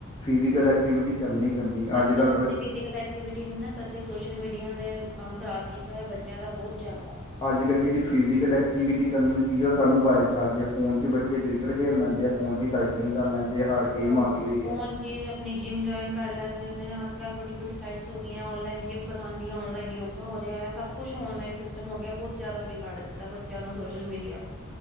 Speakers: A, on the left; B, in the centre.
A: ਫਿਜ਼ੀਕਲ ਐਕਟੀਵਿਟੀ ਕਰਨੀ ਹੀ ਕਰਨੀ
B: ਅੱਜ-ਕੱਲ੍ਹ
A: ਅੱਜ ਕੱਲ੍ਹ
B: ਬੱਚੇ ਫਿਜ਼ੀਕਲ ਐਕਟੀਵਿਟੀ ਨੀ ਨਾ, ਕਰਦੇ ਸੋਸ਼ਲ ਮੀਡੀਆ ਨੇ ਕੰਮ ਖ਼ਰਾਬ ਕੀਤਾ ਹੋਇਆ। ਬੱਚੇਆਂ ਦਾ ਬੋਤ ਜ਼ਿਆਦਾ।
A: ਅੱਜ-ਕੱਲ੍ਹ ਜੇਹੜੀ ਫਿਜ਼ੀਕਲ ਐਕਟੀਵਿਟੀ ਕਰਨੀ ਚਾਹੀਦੀ ਆ, ਸਭ ਮੋਬਾਈਲ 'ਚ ਆ ਗਈ, ਫੋ਼ਨ 'ਚ ਬੱਚੇ ਕ੍ਰਿਕਟ ਖੇਡ ਲੈਂਦੇ ਆ। ਫ਼ੋਨ 'ਚਈ ਸਾਈਕਲਿੰਗ ਕਰ ਲੈਂਦੇ ਆ, ਹਰ ਗੇਮ
B: ਹਾਂਜੀ,
A: ਆ ਗਈ ਹੋਈ
B: ਫ਼ੋਨ
A: ਹੈ
B: 'ਚ ਤੇ ਆਪਣੀ ਜਿੰਮ ਜੁਆਇਨ ਕਰ ਲੈਂਦੇ ਨੇ ਅੱਜ-ਕੱਲ੍ਹ ਬਡੀ-ਬਡੀ ਸਾਈਟਸ ਹੋ ਗਈਆਂ, ਔਨਲਾਈਨ ਜਿਮ ਕਰਵਾਂਦੀਆਂ, ਔਨਲਾਈਨ ਯੋਗ ਹੋ ਰਿਹਾ ਹੈ, ਸਭ ਕੁਛ ਔਨਲਾਈਨ ਸਿਸਟਮ ਹੋ ਗਿਆ, ਬੋਤ ਜ਼ਿਆਦਾ ਬਿਗਾੜ ਦਿੱਤਾ, ਬੱਚੇਆਂ ਨੂੰ ਸੋਸ਼ਲ ਮੀਡੀਆ ਨੇ।